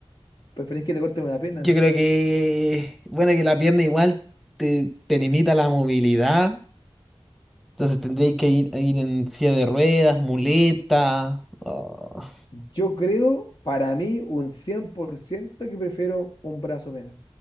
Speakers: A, on the left; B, in the centre.
A: ¿preferís que te corten una pierna
B: Yo
A: entonces?
B: creo que, bueno, que la pierna igual te, te limita la movilidad, entonces tendréis que ir, ir en silla de ruedas, muleta. ah.
A: Yo creo, para mí, un 100% que prefiero un brazo menos.